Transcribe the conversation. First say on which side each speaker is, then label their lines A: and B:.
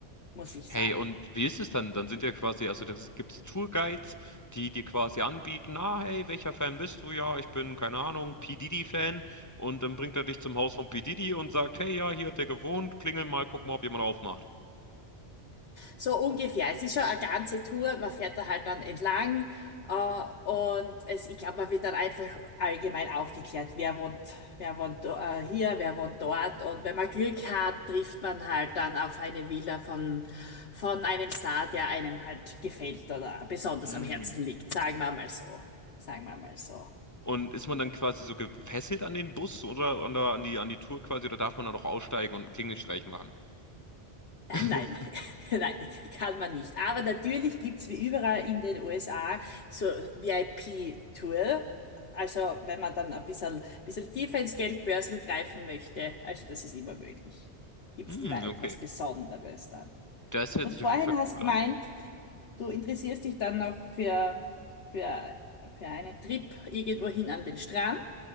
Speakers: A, on the left; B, on the left.
A: muss ich
B: Hey,
A: sagen.
B: und wie ist es dann? Dann sind ja quasi, also da gibt es Tourguides, die dir quasi anbieten, na, hey, welcher Fan bist du? Ja, ich bin, keine Ahnung, P. Diddy-Fan. Und dann bringt er dich zum Haus von P. Diddy und sagt, hey, ja, hier hat er gewohnt, klingel mal, guck mal, ob jemand aufmacht.
A: So ungefähr. Es ist schon eine ganze Tour. Man fährt da halt dann entlang. Äh, und es, ich glaube, man wird dann einfach allgemein aufgeklärt, wer wohnt, wer wohnt äh, hier, wer wohnt dort. Und wenn man Glück hat, trifft man halt dann auf eine Villa von, von einem Star, der einem halt gefällt oder besonders
B: Mm.
A: am Herzen liegt. Sagen wir mal so. Sagen wir mal so.
B: Und ist man dann quasi so gefesselt an den Bus oder, oder an die, an die Tour quasi, oder darf man da noch aussteigen und einen Klingelstreich machen? <laughs>
A: Nein, <laughs> nein, kann man nicht. Aber natürlich gibt's wie überall in den USA so VIP-Tour. Also wenn man dann ein bisschen, bisschen tiefer ins Geldbörsel greifen möchte, also das ist immer möglich. Gibt's
B: Hm,
A: immer etwas
B: okay.
A: Besonderes dann.
B: Das hört
A: Und
B: sich
A: vorhin
B: auf jeden Fall
A: hast
B: cool
A: gemeint,
B: an.
A: du interessierst dich dann noch für, für, für einen Trip irgendwohin an den Strand.